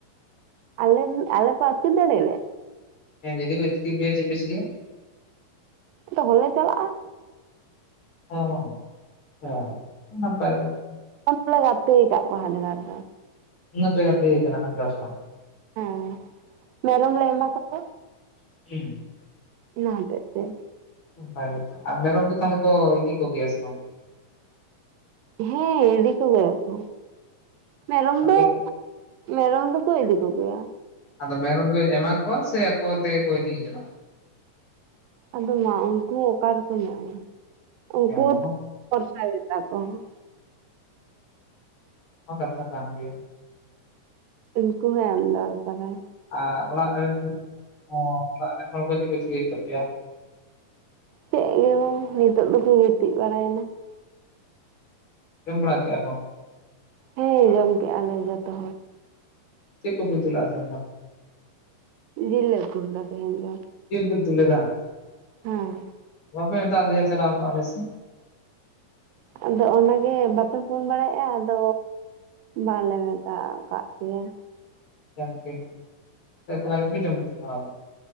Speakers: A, on the right; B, on the left.
A: ᱟᱞᱮ ᱟᱞᱮ ᱠᱚ ᱟᱹᱛᱠᱤᱨ ᱫᱟᱹᱲᱮᱭᱟᱞᱮᱭᱟ,
B: ᱦᱮᱸ ᱡᱩᱫᱤ ᱠᱚ ᱤᱛᱠᱤᱨ ᱯᱮᱭᱟ ᱪᱮᱜ ᱯᱮ ᱪᱤᱠᱟᱹᱭᱟ
A: ᱛᱚᱠᱷᱚᱱ ᱞᱮ ᱪᱟᱞᱟᱜᱼᱟ ᱾
B: ᱚ-ᱚ ᱱᱟᱯᱟᱭ ᱠᱟᱛᱷᱟ ᱾
A: <unintelligible> ᱜᱟᱛᱮ ᱠᱟᱜ ᱠᱚᱣᱟ ᱦᱟᱰᱜᱟᱨ ᱫᱚ ᱾
B: ᱤᱱᱟᱹᱜ ᱯᱮ ᱜᱟᱛᱮ ᱠᱟᱱᱟ ᱦᱟᱰᱜᱟᱨ ᱥᱟᱸᱣ,
A: ᱦᱮᱸ ᱢᱮᱨᱚᱢ ᱞᱮ ᱮᱢ ᱟᱠᱚ ᱠᱟᱱ
B: <unintelligible>
A: ᱤᱱᱟᱹ ᱦᱚᱛᱮᱜ ᱛᱮ ᱾
B: ᱵᱷᱟᱜᱮ ᱜᱮᱛᱚ ᱟᱨ ᱢᱮᱨᱚᱢ ᱠᱚ ᱛᱟᱦᱚᱞᱮ ᱠᱚ ᱤᱫᱤ ᱠᱚᱜᱮᱭᱟ ᱥᱮ ᱵᱟᱝ,
A: ᱦᱮᱸ ᱤᱫᱤ ᱠᱚᱜᱮ ᱭᱟᱠᱚ ᱢᱮᱨᱚᱢ
B: ᱟᱯᱮ
A: ᱫᱚ ᱢᱮᱨᱚᱢ ᱫᱚᱠᱚ ᱤᱫᱤ ᱠᱚ ᱜᱮᱭᱟ᱾
B: ᱟᱫᱚ ᱢᱮᱨᱚᱢ ᱫᱚᱭ ᱮᱢᱟ ᱠᱚᱣᱟ ᱥᱮ ᱟᱠᱚ ᱛᱮᱜᱮ ᱠᱚ ᱤᱫᱤ ᱡᱚᱝᱜᱚᱜ-ᱟ᱾
A: ᱟᱫᱚ ᱢᱟ ᱩᱱᱠᱩ ᱚᱠᱟ ᱨᱮᱠᱚ ᱧᱟᱢᱟ ᱩᱱᱠᱩ
B: ᱦᱮᱸ
A: ᱦᱚᱸ
B: ᱚᱱᱟ
A: <unintelligible> ᱯᱚᱨᱥᱟᱭ ᱦᱩᱭᱩᱜ ᱛᱟᱠᱚᱣᱟ ᱾
B: ᱚ ᱠᱟᱛᱷᱟ ᱠᱟᱱ ᱜᱮᱭᱟ,
A: ᱩᱱᱠᱩ ᱦᱚᱸ ᱮᱢ ᱫᱚᱨᱠᱟᱨᱟᱭ᱾
B: ᱟᱨ ᱚᱲᱟᱜ ᱨᱮᱱ ᱦᱚᱸ ᱚᱲᱟᱜ ᱨᱮᱱ ᱦᱚᱲ ᱠᱚ ᱪᱮᱜ ᱠᱚ ᱪᱤᱠᱟᱹᱭ ᱮᱫ ᱛᱟᱯᱮᱭᱟ ᱾
A: ᱪᱮᱫ ᱜᱮᱵᱚ ᱱᱤᱛᱚᱜ ᱫᱚᱠᱚ ᱜᱤᱛᱤᱡ ᱵᱟᱲᱟᱭᱮᱱᱟ᱾
B: ᱡᱚᱢ ᱵᱟᱲᱟ ᱠᱮᱜᱟᱠᱚ?
A: ᱦᱮᱸ ᱡᱚᱢ ᱠᱮᱜ ᱟᱞᱮ ᱡᱚᱛᱚ ᱦᱚᱲ ᱾
B: ᱪᱮᱜ ᱠᱚᱯᱮ ᱩᱛᱩᱞᱟᱜᱼᱟ ᱛᱮᱦᱮᱱ ᱫᱚ?
A: ᱡᱤᱞ ᱞᱮ ᱩᱛᱩ ᱞᱮᱫᱟ ᱛᱮᱦᱮᱧ ᱫᱚ᱾
B: ᱡᱤᱞ ᱯᱮ ᱩᱛᱩ ᱞᱮᱫᱟ ᱾
A: ᱦᱮᱸ
B: ᱵᱟᱯᱮ ᱢᱮᱛᱟᱜ ᱞᱮᱭᱟ ᱪᱟᱞᱟᱣ ᱠᱚᱣᱟ ᱞᱮ ᱥᱮ᱾
A: ᱟᱫᱚ ᱚᱱᱟ ᱜᱮ ᱵᱟᱯᱮ ᱯᱷᱳᱱ ᱵᱟᱲᱟᱭᱮᱼᱟ ᱟᱫᱚ ᱵᱟᱝᱞᱮ ᱢᱮᱛᱟᱣ ᱠᱟᱜ ᱯᱮᱭᱟ᱾
B: <unintelligible> ᱮᱠᱞᱟᱭ ᱜᱤᱯᱮ ᱡᱚᱢ ᱠᱮᱫᱟ ᱛᱟᱦᱞᱮ